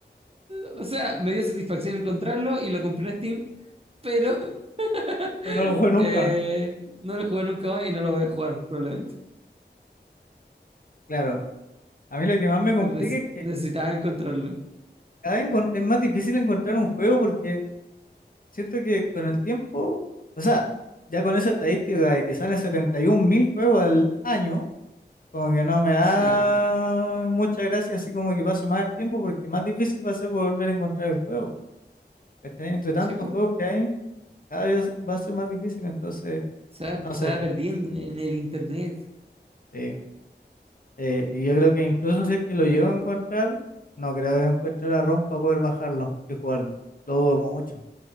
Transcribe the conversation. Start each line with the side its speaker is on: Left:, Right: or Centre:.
Right: O sea, me dio satisfacción encontrarlo y lo compré en Steam, pero <laughs>
Left: pero no lo juego nunca.
Right: eh, no lo jugué nunca más y no lo voy a jugar probablemente.
Left: Claro, a mí lo que más me complica
Right: Pero neces-
Left: es que
Right: necesitaba encontrarlo.
Left: cada vez encon- es más difícil encontrar un juego porque siento que con el tiempo, o sea, ya con esa estadística de que salen setenta y un mil juegos al año, como que no me da
Right: Sí,
Left: mucha gracia, así como que pase más el tiempo, porque más difícil va a ser volver a encontrar el juego. ¿cachai? Entre tantos
Right: sí, po.
Left: juegos que hay, cada vez va a ser más difícil, entonces,
Right: Se va,
Left: no
Right: se
Left: sé.
Right: va perdiendo en el internet.
Left: Sí. Eh, y yo creo que incluso si es que lo llego a encontrar, no creo que encuentre la ROM para poder bajarlo y jugarlo. Lo dudo mucho.